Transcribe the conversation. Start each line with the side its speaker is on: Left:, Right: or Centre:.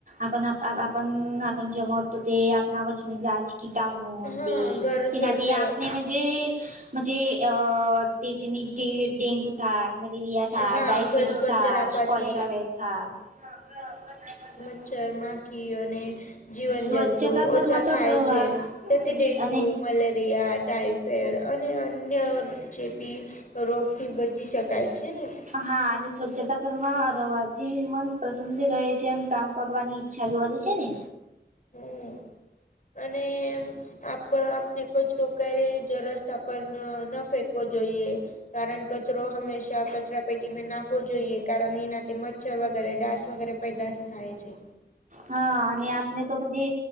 Right: આપ આપ જમ તો તે આપણા અ વચની જ છે. કીટાણું
Left: હા
Right: અ
Left: ઘર
Right: તેના
Left: સ્વચ્છ
Right: આપણે જી જે આ <unintelligible> મલેરિયા
Left: હા ઘર સ્વચ્છ
Right: થ
Left: રાખવાથી
Right: ડાયફિટિક સ્કોલેરા
Left: મ ચરમાખી અને જીવન
Right: સ્વચ્છતા
Left: જંતુ
Right: ઘરમાં
Left: ઓછા
Right: તો
Left: થાય
Right: રહેવા
Left: છે. તોથી ડેન્ગુ
Right: અને
Left: મલેરિયા ટાઈફેડ અને અન્ય ચેપી રોગથી બચી શકાય છે ને
Right: હા અને સ્વચ્છતા ઘરમાં રવાથી મન પ્રસન્ન રહે છે એમ કામ કરવાની છાુંવાે છેને
Left: હમ અને આપ આપને કચ રોક જ રસ્તા પર ન ફેંકવો જોઈએ. કારણ કચરો હંમેશા કચરા પેટીને નાખવો જોઈએ કારણ એનાથી ચ્છર વગેરે ડાં વગેરે પેદાશ થાય છે.
Right: હા અને આને તોજે